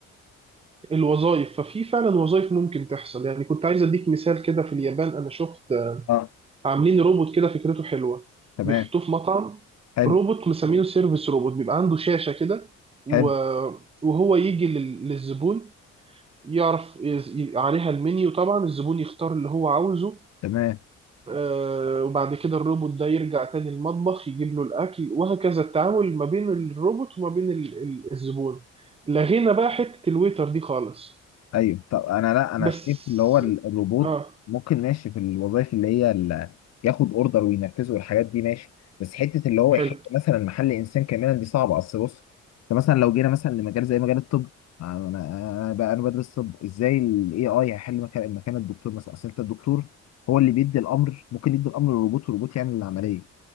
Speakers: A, on the right; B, on the left.
A: الوظائف ففي فعلا وظائف ممكن تحصل يعني كنت عايز اديك مثال كده في اليابان انا شفت
B: اه
A: عاملين روبوت كده فكرته حلوه
B: تمام
A: بيحطوه في مطعم
B: حلو
A: روبوت مسمينه سيرفيس روبوت بيبقى عنده شاشه كده و...
B: حلو
A: وهو يجي لل... للزبون يعرف يز- ي- عليها المنيو طبعا الزبون يختار اللي هو عاوزه
B: تمام
A: آه، وبعد كده الروبوت ده يرجع تاني المطبخ يجيب له الأكل وهكذا التعامل ما بين الروبوت وما بين ال- ال- الزبون لغينا بقى حتة الويتر دي خالص
B: ايوه طب انا لا انا
A: بس
B: شايف اللي هو ال- الروبوت
A: اه
B: ممكن ماشي في الوظائف اللي هي ال- ياخد اوردر وينفذه والحاجات دي ماشي بس حته اللي هو يحل
A: حلو
B: مثلا محل انسان كاملا دي صعبه اصل بص انت مثلا لو جينا مثلا لمجال زي مجال الطب انا انا بقى انا بدرس طب ازاي الاي اي هيحل مكان مكان الدكتور مثلا اصل انت الدكتور هو اللي بيدي الامر ممكن يدي الامر للروبوت والروبوت يعمل العمليه